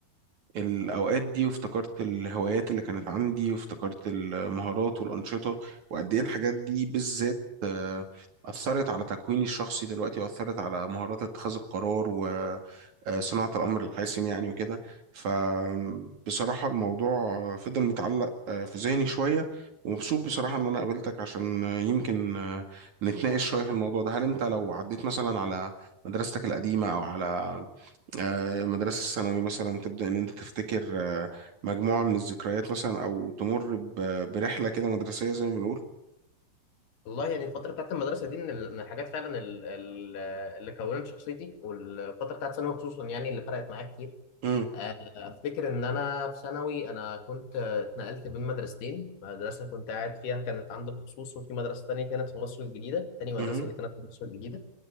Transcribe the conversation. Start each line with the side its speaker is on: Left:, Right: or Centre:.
Right: الأوقات دي وافتكرت الهوايات اللي كانت عندي وافتكرت المهارات والأنشطة وقد إيه الحاجات دي بالذات آه، أثرت على تكويني الشخصي دلوقتي وأثرت على مهارات اتخاذ القرار وصناعة الأمر الحاسم يعني وكده فبصراحة الموضوع فضل متعلق آه، في ذهني شوية ومبسوط بصراحة إن أنا قابلتك عشان آه، يمكن آه، نتناقش شوية في الموضوع ده هل أنت لو عديت مثلا على مدرستك القديمة أو على آه، مدرسة الثانوي مثلا تبدأ إن أنت تفتكر آه، مجموعة من الذكريات مثلا أو تمر ب- برحلة كده مدرسية زي ما بنقول
Left: والله يعني الفترة بتاعت المدرسة دي من ال- من الحاجات فعلا ال- ال- اللي كونت شخصيتي والفترة بتاعت ثانوي خصوصا يعني اللي فرقت معايا كتير
Right: مم،
Left: آه، أفتكر إن أنا في ثانوي أنا كنت آه، اتنقلت بين مدرستين مدرسة كنت قاعد فيها كانت عندي خصوص وفي مدرسة تانية كانت في مصر الجديدة تاني مدرسة
Right: مهم،
Left: اللي كانت في مصر الجديدة